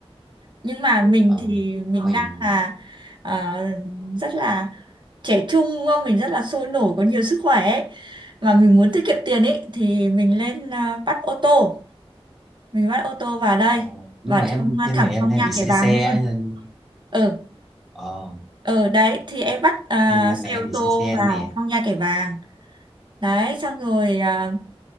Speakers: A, on the right (about 50°); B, in the centre.
A: nhưng mà mình
B: ờ.
A: thì mình
B: Vậy
A: đang là ờ, rất là trẻ trung đúng không? Mình rất là sôi nổi có nhiều sức khỏe ấy. mà mình muốn tiết kiệm tiền ấy thì mình lên à, bắt ô tô mình bắt ô tô vào đây
B: Ờ, nhưng
A: vào
B: mà em
A: trong à,
B: nhưng
A: thẳng
B: mà em
A: trong
B: hay
A: nha
B: bị say
A: kẻ Bàng
B: xe
A: luôn
B: nên
A: ừ
B: ờ
A: ừ đấy thì em bắt à,
B: nhưng mà em
A: xe
B: em
A: ô
B: bị
A: tô
B: say xe
A: vào
B: nè
A: trong nha kẻ Bàng đấy xong rồi ờ,